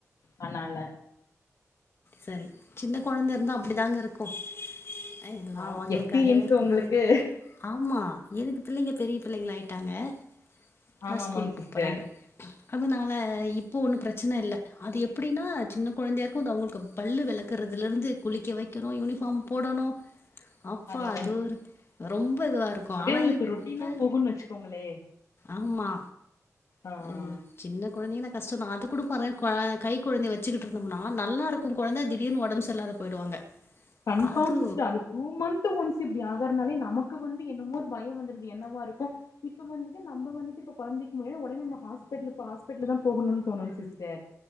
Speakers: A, on the left (about 85°); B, on the left (about 45°).
A: அதனால
B: சரி சின்ன கொழந்த இருந்த அப்படி தாங்க இருக் கு எல்லா
A: ஆம்
B: அவுங்களுக்காகவே
A: எக்ஸ்பீரியன்ஸ்
B: இருக்க
A: உங்களுக்கு
B: மாரி இருக்கு ஆமா எனக்கு பிள்ளைங்க பெரிய பிள்ளைங்களாயிட்டாங்க இப்தா
A: ஆமா
B: ஸ்கூலுக்கு
A: ஆமாங்க சிஸ்டர்
B: போ போறாங்க அதனால இப்போ ஒன்னு பிரச்சன இல்ல அது எப்புடின்னா சின்ன கொழந்தையா இருக்கு அது அவுங்களுக்கு பல்லு வெளக்குறதுல இருந்து குளிக்க வைக்கறோ யூனிஃபார்ம் போடணு அப்பா
A: அத அதாங்க
B: அது ஒரு ரொம்ப இதுவா இருக்கு
A: அப்டியே
B: ஆனா
A: உங்களுக்கு
B: இப்ப
A: ரொட்டீனா போகுன்னு வச்சுக்கோங்களே
B: ஆமா
A: ஆ
B: அ
A: ஆ
B: சின்ன கொழந்தைங்கன்னா கஷ்டோ தா அது கூட பார் க கை கொழந்தய வச்சுக்கிட்டு இருந்தோம்னா நல்லா இருக் கு கொழந்த திடீர்னு ஒடம்பு சரியில்லாத போயிடுவாங்க
A: கன்ஃபார்ம்
B: அது
A: சிஸ்டர் அதுக் டூ மந்து ஒன்ஸ் இப்டி ஆகறனாலே நமக்கு வந்து என்னமோரு பயோ வந்துருது என்னவா இருக்கு இப்ப வந்துட்டு நம்ப வந்துட்டு இப்ப கொழந்தை மே ஒடனே நம்ம ஹாஸ்பிட்லுக்கு ஹாஸ்பிட்லு தா போகணுன்னு தோணு சிஸ்டர்